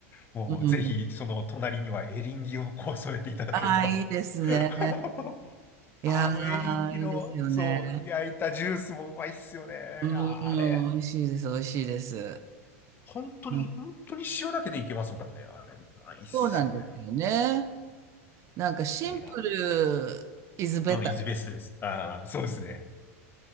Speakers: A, on the left; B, on the right.
A: もう、
B: うん。
A: ぜひ、その隣にはエリンギをこう添えていただければ。
B: ああ、いいですね。
A: <laughs>
B: いやー、
A: あのエリンギの、
B: いいですよね。
A: そう、焼いたジュースもうまいっすよね。あれ、
B: うん、美味しいです、美味しいです。
A: 本当に、
B: うん、
A: 本当に塩だけでいけますもんね。あれ、うまいっすよね。
B: そうなんですよね。なんかシンプル
A: あれが。
B: is better
A: うん、イズベストです。ああ、そうですね。